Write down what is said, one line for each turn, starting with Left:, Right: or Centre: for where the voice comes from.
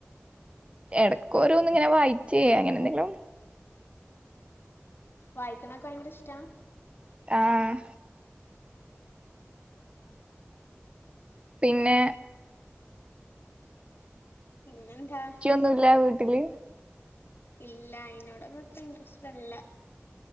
Right: എടക്കോരോന്ന് ഇങ്ങനെ വായിച്ച അങ്ങനെ എന്തെങ്കിലും
Left: വായിക്കണൊക്കെ ഭയങ്കര ഇഷ്ട്ടാ
Right: ആഹ്
Left: ആഹ
Right: പിന്നെ
Left: പിന്നെ എന്താ
Right: ഒന്നില്ല വീട്ടില്
Left: ഇല്ല അയിതിനോട ഒന്നും അത്ര ഇൻട്രസ്റ്റ് അല്ല